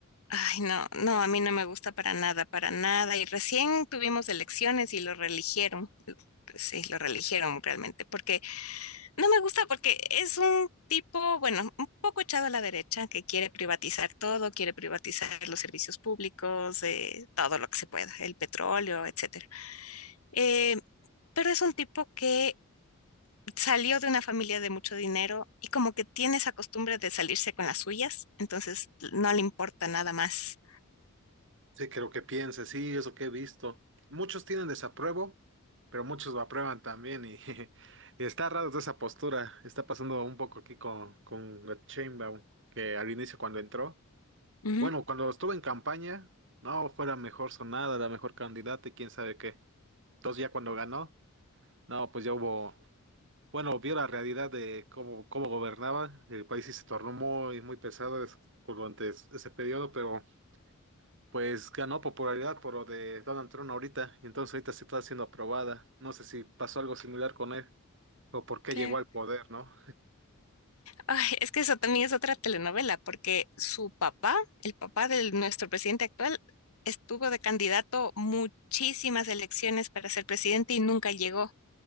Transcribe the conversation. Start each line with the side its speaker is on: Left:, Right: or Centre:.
Left: Ay, no, no, a mí no me gusta para nada, para nada. Y recién tuvimos elecciones y lo reeligieron. Sí, lo reeligieron realmente, porque no me gusta, porque es un tipo, bueno, un poco echado a la derecha, que quiere privatizar todo, quiere privatizar los servicios públicos, eh, todo lo que se pueda, el petróleo, etcétera. Eh, pero es un tipo que salió de una familia de mucho dinero y como que tiene esa costumbre de salirse con las suyas, entonces no le importa nada más.
Right: Sí, creo que piense, sí, eso que he visto. Muchos tienen desapruebo, pero muchos lo aprueban también y, <laughs> y está raro toda esa postura. Está pasando un poco aquí con, con Sheinbaum, que al inicio cuando entró,
Left: Ujú.
Right: bueno, cuando estuvo en campaña, no, fue la mejor sonada, la mejor candidata y quién sabe qué. Entonces ya cuando ganó... No, pues ya hubo Bueno, vio la realidad de cómo, cómo gobernaba. El país y se tornó muy, muy pesado es- durante es- ese periodo, pero pues ganó popularidad por lo de Donald Trump ahorita. Y entonces ahorita sí está siendo aprobada. No sé si pasó algo similar con él o por qué
Left: claro.
Right: llegó al poder, ¿no?
Left: Ay, es que eso también es otra telenovela, porque su papá, el papá de nuestro presidente actual, estuvo de candidato muchísimas elecciones para ser presidente y nunca llegó.